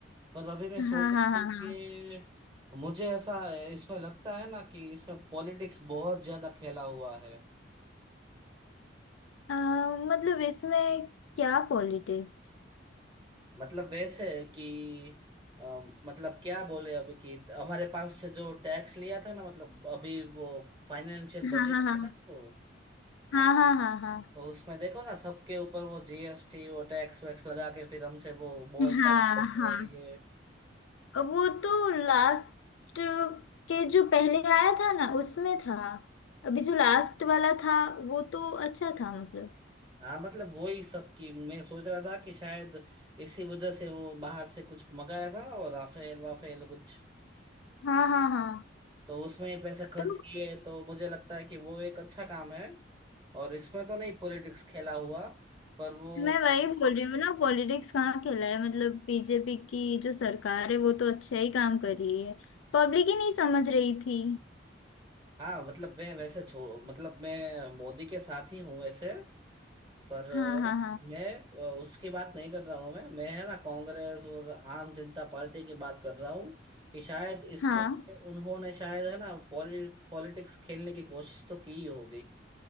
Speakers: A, on the right; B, on the left.
A: पर अभी मैं सोच
B: हाँ
A: रहा
B: हाँ हाँ
A: हूँ
B: हाँ
A: कि मुझे ऐसा इसमें लगता है ना कि इसमें पॉलिटिक्स बहुत ज्यादा खेला हुआ है
B: अ, मतलब इसमें क्या पॉलिटिक्स
A: मतलब वैसे है कि अ, मतलब क्या बोले अभी कि हमारे पास से जो टैक्स लिया था ना मतलब अभी वो फाइनेंशियल
B: हाँ
A: बजट
B: हाँ
A: आया था ना वो
B: हाँ हाँ हाँ हाँ
A: तो उसमें देखो ना सबके ऊपर वो जीएसटी वो टैक्स वैक्स लगा के फिर हमसे वो बहुत
B: हाँ
A: सारे पैसे
B: हाँ हाँ
A: ले लिए
B: अ, वो तो लास्ट के जो पहले आया था ना उसमें था अभी जो लास्ट वाला था वो तो अच्छा था मतलब
A: हाँ मतलब वही सब की मैं सोच रहा था कि शायद इसी वजह से वो बाहर से कुछ मंगाया था ना वो राफेल वाफेल कुछ
B: हाँ हाँ हाँ
A: तो उसमें ही पैसे खर्च
B: तो
A: किए तो मुझे लगता है कि वो एक अच्छा काम है और इसमें तो नहीं पॉलिटिक्स खेला हुआ पर वो
B: मैं वही बोल रही हूँ ना पॉलिटिक्स कहाँ खेला है मतलब बीजेपी की जो सरकार है वो तो अच्छा ही काम कर रही है पब्लिक ही नहीं समझ रही थी
A: हाँ मतलब मैं वैसे छो मतलब मैं मोदी के साथ ही हूँ वैसे पर अ,
B: हाँ हाँ
A: मैं अ, उसकी बात नहीं कर रहा हूँ मैं मैं है ना कांग्रेस और आम जनता पार्टी की बात कर रहा हूँ कि शायद इसमें
B: हाँ
A: उन्होंने शायद है ना पॉलि पॉलिटिक्स खेलने की कोशिश तो की ही होगी